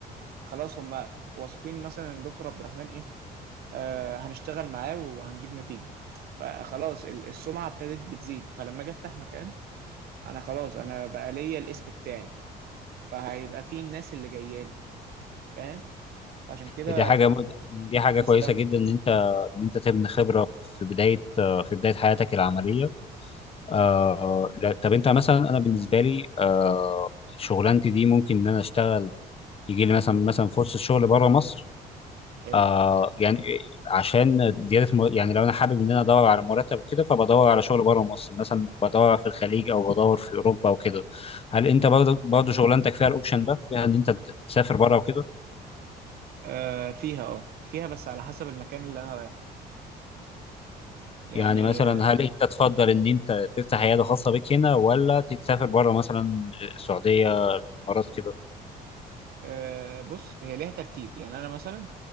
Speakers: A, on the right; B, on the left.
A: خلاص هم واثقين مثلا ان دكتور عبد الرحمن ايه آه، هنشتغل معاه وهنجيب نتيجة فخلاص ال- السمعة ابتدت بتزيد فلما اجي افتح مكان انا خلاص انا بقى ليا الاسم بتاعي فهيبقى فيه الناس اللي جايه لي فاهم عشان كده
B: دي حاجة دي حاجة
A: مستني
B: كويسة جدا ان انت ان انت تبني خبرة في بداية في بداية حياتك العملية
A: مم.
B: آه لا طب انت مثلا انا بالنسبه لي آه شغلانتي دي ممكن ان انا اشتغل يجي لي مثلا مثلا فرصه شغل بره مصر
A: حلو
B: آه يعني عشان زياده مر... يعني لو انا حابب ان انا ادور على مرتب كده فبدور على شغل بره مصر مثلا بدور في الخليج او بدور في اوروبا وكده هل انت
A: مم.
B: برضه برضه شغلانتك فيها الاوبشن ده فيها ان انت تسافر بره وكده
A: آه فيها اه فيها بس على حسب المكان اللي انا رايحه يعني
B: يعني مثلا هل انت تفضل ان انت تفتح عياده خاصه بيك هنا ولا تسافر بره مثلا آه، السعوديه الامارات كده
A: آه بص هي ليها ترتيب يعني انا مثلا